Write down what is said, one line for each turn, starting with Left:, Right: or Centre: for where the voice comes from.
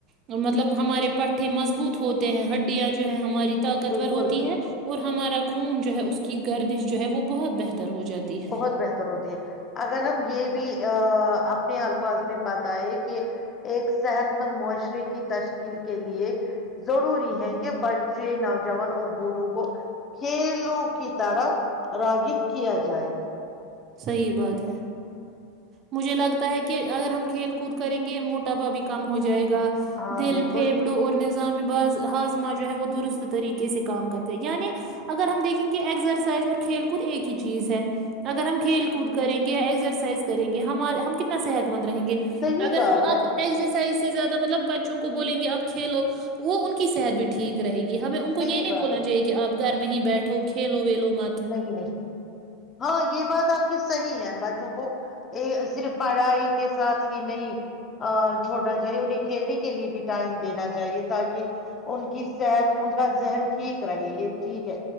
Right: مطلب ہمارے پٹھے مضبوط ہوتے ہیں ہڈیاں جو ہے ہماری طاقتور
Left: بالکل
Right: ہوتی ہے اور ہمارا خون جو ہے اس کے کی گردش جو ہے وہ بہت بہتر ہو جاتی ہے
Left: بہت بہتر ہوتی ہے اگر ہم یہ بھی ا اپنے الفاظ میں بتائے کہ ایک صحت مند معشرہ کی تشکیل کے لیے ضروری ہے کہ بچے نوجوان اور بوڑھوں کو کھیلوں کی طرح راغب کیا جائے جائے
Right: صحیح بات ہے مجھے لگتا ہے کہ اگر ہم کھیل کود کریں گے موٹاپا بھی کم ہو جائے جائے گا
Left: ہاں
Right: دل
Left: بالکل
Right: پھیپڑوں اور نظام ہاز ہازمہ جو ہے وہ درست طریقے سے کام کرتا ہے یعنی اگر ہم دیکھیں گے ایگزرسائز اور کھیل خود ایک ہی چیز ہے اگر ہم کھیل کود کریں گے ایکسرسائز کریں گے ہم ہم کتنا صحت مند رہیں گے
Left: صحیح
Right: اگر
Left: بات
Right: ہم
Left: ہے
Right: اب ایکزرسائز زیادہ مطلب بچوں کو بولیں گے آپ کھیلو وہ ان کی صحت بھی ٹھیک رہے گی ہمیں ان کو
Left: صحیح
Right: یہ نہیں
Left: بات
Right: بولنا
Left: ہے
Right: چاہیے کہ آپ گھر میں ہی بیٹھو کھیلو ویلو مت
Left: نہیں نہیں ہاں یہ یہ بات آپ کی صحی ہے بچوں کو صرف پڑھائی کے ساتھ ہی نہیں چھوڑنا چاہیے انہیں کھیلنے کے لیے بھی ٹائم دینا چاہیے تاکہ ان کی صحت ان کا ذہن ٹھیک رہے یہ ٹھیک ہے